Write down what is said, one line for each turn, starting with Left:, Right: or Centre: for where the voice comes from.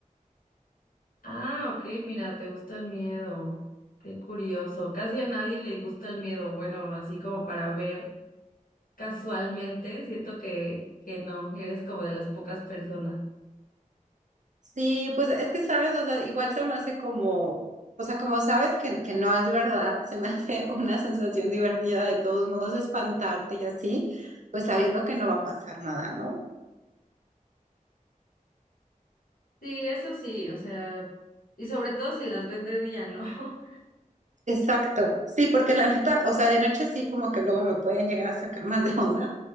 Left: Ah, ok, mira, te gusta el miedo. Qué curioso. Casi a nadie le gusta el miedo. Bueno, así como para ver casualmente, siento que, que no, eres como de las pocas personas.
Right: Sí, pues es que sabes, o sea, igual se me hace como, o sea, como sabes que, que no es verdad, se me <laughs> hace una sensación divertida de todos modos, espantarte y así, pues sabiendo que no va a pasar nada, ¿no?
Left: Sí, eso sí, o sea, y sobre todo si las ves de día, ¿no? <laughs>
Right: Exacto, sí, porque la neta, o sea, de noche sí como que luego me pueden llegar a sacar más de onda,